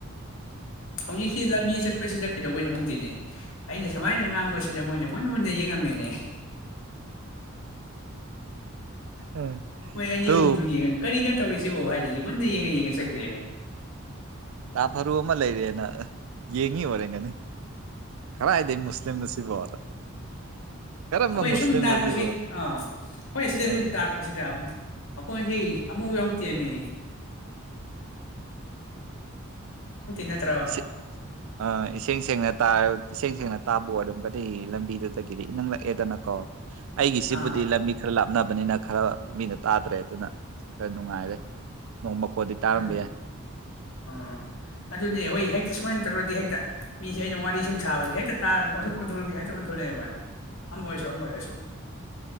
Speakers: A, on the left (about 70°); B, on the right (about 75°).
A: ꯍꯧꯖꯤꯛꯁꯤ ꯂꯝꯕꯤ ꯆꯠꯄꯁꯤꯗ ꯀꯩꯗꯧꯕꯩꯅꯣ ꯈꯪꯗꯅꯦ ꯑꯩꯅ ꯁꯨꯃꯥꯏꯅ ꯉꯥꯡꯕꯁꯤꯗ ꯃꯣꯏꯅ ꯃꯨꯟꯅ ꯃꯨꯟꯅ ꯌꯦꯡꯉꯛ ꯅꯦ ꯍꯦꯍꯦ
B: ꯑꯦ
A: ꯃꯣꯏ ꯑꯅꯤ
B: ꯇꯨ
A: ꯑꯍꯨꯝꯗꯨ ꯌꯦꯡꯉ ꯀꯔꯤꯅꯣ ꯇꯧꯔꯤꯁꯤꯕꯨ ꯍꯥꯏꯔ ꯃꯨꯟꯅ ꯌꯦꯡꯉ ꯌꯦꯡꯉ ꯆꯠꯈ꯭ꯔꯦꯅꯦ
B: ꯇꯥ ꯐꯔꯨ ꯑꯃ ꯂꯩꯔꯦꯅ ꯌꯦꯡꯉꯤ ꯑꯣꯏꯔꯝꯒꯅꯤ ꯀꯔꯥꯏꯗ ꯃꯨꯁꯂꯤꯝꯅꯣ ꯁꯤꯕꯣ ꯀꯔꯝꯕ
A: ꯑꯩꯈꯣꯏ
B: ꯃꯨꯁꯂꯤꯝꯅꯣ
A: ꯁꯨꯝ ꯇꯥꯛꯔꯛꯄꯁꯤ
B: ꯁꯤꯕꯣ
A: ꯑꯥ ꯑꯩꯈꯣꯏ ꯁꯤꯗ
B: ꯎꯝ
A: ꯁꯨꯝ ꯇꯥꯛꯔꯛꯄꯁꯤꯗ ꯃꯈꯣꯟꯁꯤ ꯑꯃꯨꯛ ꯌꯥꯎꯇꯦꯃꯦ ꯅꯠꯇ꯭ꯔꯣ
B: ꯁꯦ ꯑꯥ ꯏꯁꯦꯡ ꯁꯦꯡꯅ ꯇꯥꯔ ꯏꯁꯦꯡ ꯁꯦꯡꯅ ꯇꯥꯕ ꯑꯣꯏꯔꯝꯒꯅꯤ ꯂꯝꯕꯤꯗꯨꯗꯒꯤꯗꯤ ꯏꯅꯛ ꯅꯛꯑꯦꯗꯅꯀꯣ ꯑꯩꯒꯤꯁꯤꯕꯨꯗꯤ
A: ꯑꯥ
B: ꯂꯝꯕꯤ ꯈꯔ ꯂꯥꯞꯅꯕ ꯅꯤꯅ ꯈꯔ ꯃꯤꯅ ꯇꯥꯗ꯭ꯔꯦ ꯑꯗꯨꯅ ꯈꯔ ꯅꯨꯡꯉꯥꯏꯔꯦ ꯅꯣꯡ ꯃꯈꯣꯟꯗꯤ ꯇꯥꯔꯝꯕ
A: ꯑꯗꯨ
B: ꯌꯥꯏ
A: ꯑꯥ ꯑꯗꯨꯅꯦ ꯍꯈꯣꯏ ꯍꯦꯛꯇ ꯁꯨꯃꯥꯏ ꯇꯧꯔꯗꯤ ꯍꯦꯛꯇ ꯃꯤꯁꯦ ꯑꯩꯅ ꯋꯥꯔꯤ ꯁꯨꯝ ꯁꯥꯕꯁꯦ ꯍꯦꯛꯇ ꯇꯥꯞ ꯑꯣꯟꯊꯂꯛꯒꯦ ꯍꯦꯛꯇ ꯑꯣꯟꯊꯂꯛ ꯂꯦꯕ ꯑꯗꯨꯝ ꯑꯝ ꯑꯣꯏꯔꯁꯨ ꯑꯝ ꯑꯣꯏꯔꯁꯨ